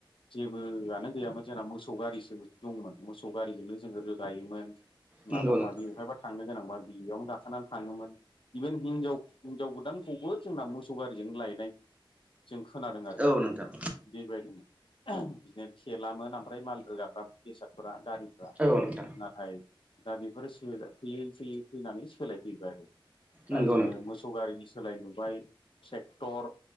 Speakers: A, on the left; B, on the right.
A: जेबोआनो गैयामोन जोंना मोसौ गारिसो दंमोन मोसौ गारिजोंनो जोङो रोगायोमोन
B: नंगौ
A: माबा
B: नोंथां
A: माबि अहायबा थांनो गोनांबा बेयावनो गाखोनानै थाङोमोन इभेन हिनजाव हिनजाव गोदानखौबो जोंना मोसौ गारिजों लायनाय जों खोनादों आरो
B: औ नोंथां
A: बेबायदिमोन बिदिनो थेलामोन ओमफ्राय माल रोगाग्रा बेसादफोरा गारि फ्रा
B: औ नोंथां
A: नाथाय दा बेफोरो फैयै फैयै फैनानै सोलायफैबाय आरो दा
B: नंगौ
A: जोङो
B: नोंथां
A: मोसौ गारिनि स सोलाय नुबाय ट्रेक्टर